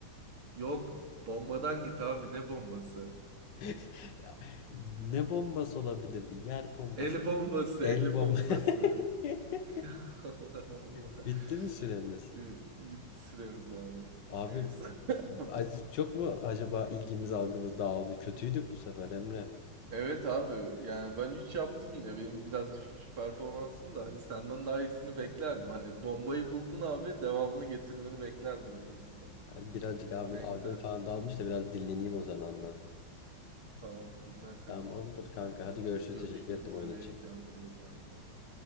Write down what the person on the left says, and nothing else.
<laughs> Ya, ne bombası olabilir? Yer bombası.
El
bombası.
<laughs>
<laughs> Bitti mi süremiz?
Abi
acı çok mu acaba ilgimiz algımız dağıldı? Kötüydük bu sefer Emre.
Birazcık abi
algım falan dağılmış da biraz dinleneyim o zaman ben.
Tamamdır kanka. Hadi görüşürüz.
Teşekkür ettim
oyun için.